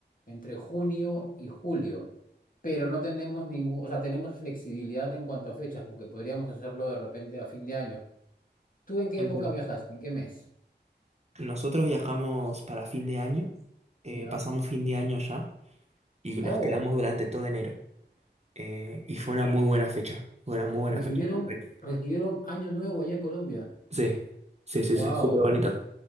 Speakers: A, on the left (about 50°); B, on the right (about 35°).
A: entre junio y julio, pero no tenemos ningún, o sea, tenemos flexibilidad en cuanto a fechas, porque podríamos hacerlo de repente a fin de año. ¿Tú en qué
B: entiendo.
A: época viajaste? ¿En qué mes?
B: Nosotros viajamos para fin de año, eh,
A: ¿Ya?
B: pasamos fin de año allá y
A: Oh,
B: nos quedamos durante todo enero. Eh, y fue una muy buena fecha, fue una muy buena
A: recibieron,
B: fecha. Re-
A: recibieron Año Nuevo allá en Colombia.
B: Sí, sí, sí,
A: ¡Wow!
B: sí, súper bonito.